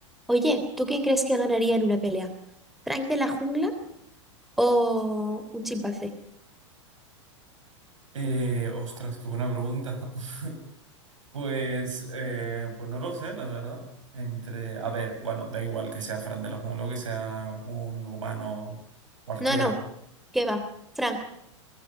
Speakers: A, in the centre; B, on the right.
A: Oye, ¿tú quién crees que ganaría en una pelea? ¿Frank de la jungla o un chimpancé?
B: Eh, ostras, qué buena pregunta. <laughs> Pues, eh, pues no lo sé, la verdad. Entre, a ver, bueno, da igual que sea Fran de la Jungla o que sea un humano cualquiera,
A: No, no, ¿qué va? Frank,